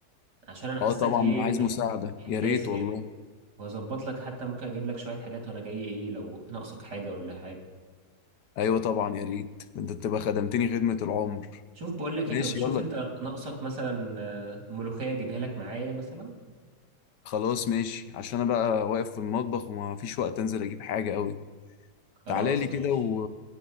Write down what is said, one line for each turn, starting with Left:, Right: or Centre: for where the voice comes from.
Right: عشان انا حاسك
Left: آه طبعا
Right: ايه
Left: أنا عايز
Right: محت...
Left: مساعدة
Right: محتاس
Left: يا ريت
Right: كده
Left: والله
Right: واظبط لك حتى ممكن اجيب لك شوية حاجات وانا جاي ايه لو ناقصك حاجة ولا حاجة
Left: أيوة طبعا يا ريت ده أنت تبقى خدمتني خدمة العمر
Right: شوف بقول لك
Left: ماشي
Right: ايه طب شوف
Left: يلا
Right: انت ناقصك مثلا آه، ملوخية اجيبها لك معايا مثلا
Left: خلاص ماشي عشان أنا بقى واقف في المطبخ وما فيش وقت أنزل أجيب حاجة أوي
Right: خلاص
Left: تعالى لي كده
Right: ماشي
Left: و...